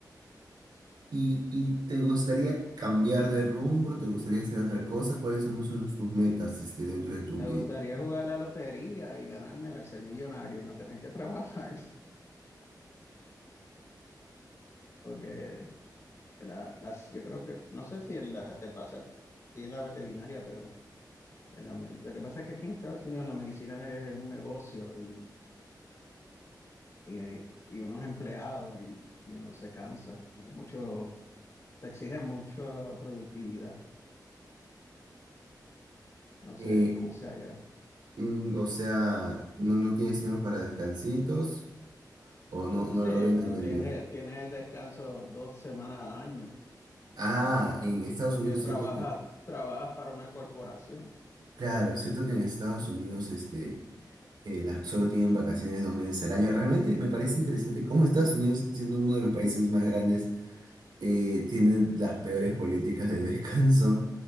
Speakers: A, on the right; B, on the left.
A: y, y te gustaría cambiar de rumbo? ¿Te gustaría hacer otra cosa? ¿Cuáles son, son tus metas este, dentro de tu,
B: Me
A: me-
B: gustaría jugar la lotería y ganármela y ser millonario y no tener que trabajar, <laughs> porque la- las, yo creo que, no sé si en la, te pasa a ti en la veterinaria, pero en la me- lo que pasa es que aquí en Estados Unidos la medicina es un negocio y, y, hay- y uno es empleado y, y uno se cansa. Hay mucho, te exigen mucha productividad, no sé
A: eh,
B: cómo sea allá.
A: Mm, o sea, no, no tienes tiempo para descansitos o no, no
B: Sí,
A: logro entender
B: pero tienes,
A: bien.
B: tienes descanso dos semanas al año,
A: Ah, en Estados
B: porque
A: Unidos,
B: trabajas,
A: cierto que,
B: trabajas para una corporación.
A: claro, cierto que en Estados Unidos, este, eh, la- solo tienen vacaciones dos meses al año. Realmente me parece interesante cómo Estados Unidos, siendo uno de los países más grandes, eh, tiene las peores políticas de descanso.